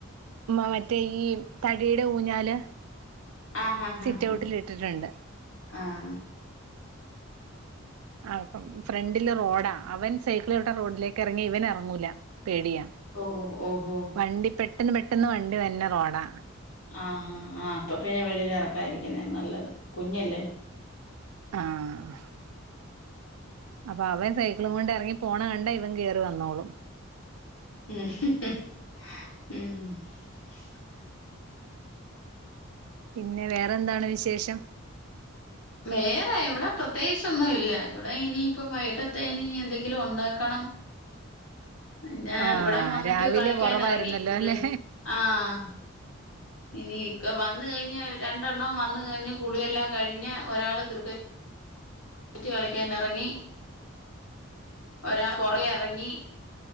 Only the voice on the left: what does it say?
ആഹ് ഹഹ
ഹആഹ്
ഓ ഓ ഹോ
ആഹ് ആഹ് ആഹ് അപ്പൊ പിന്നെ വെളിയിൽ ഇറക്കായിരിക്കുന്നേ നല്ലത് കുഞ്ഞല്ലേ
മ്
വേറെ ഇവിടെ പ്രത്യേകിച്ച് ഒന്നും ഇല്ല, ഇവിടെ ഇനി ഇപ്പ വൈകട്ടത്തെ ഇനി എന്തെങ്കിലും ഉണ്ടാക്കണം പിന്നെ
ഇവിടെ വന്നിട്ട്
കളിക്കൻ
ഇറങ്ങി കുളി
ആഹ് ഇനി ഇക്ക വന്ന കഴിഞ്ഞ രണ്ടെണ്ണം വന്ന് കഴിഞ്ഞ് കുളിയെല്ലാം കഴിഞ്ഞ് ഒരാള് ക്രിക്കറ്റ് ക്രിക്കറ്റ് കളിക്കൻ ഇറങ്ങി ഒരാൾ പുറകെ ഇറങ്ങി